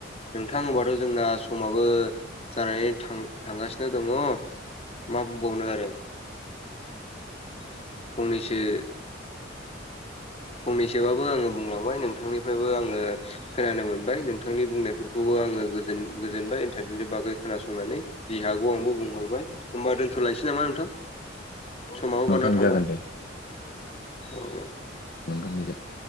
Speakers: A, on the left; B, on the left.
A: नोंथां होमबाथ' जोंना समाबो जानानै थां थांगासिनो दङ। मा बुंबावनो आरो फंनैसो फंनैसोबाबो आङो बुंलांबाय नोंथांनिफ्रायबो आङो खोनानो मोनबा नों नोंथांनि बुंनायफोरखौबो आङो गोजोन गोजोनबाय इन्टारनेटनि बागै खोनासंनानै जि हागौ आंबो बुंहरबाय ओमबा दोनथ'लायनोसै नामा नोंथां समाबो बारा
B: नोंथां
A: थांबाय
B: जागोन दे
A: औ दे
B: नोंखांनि <unintelligible>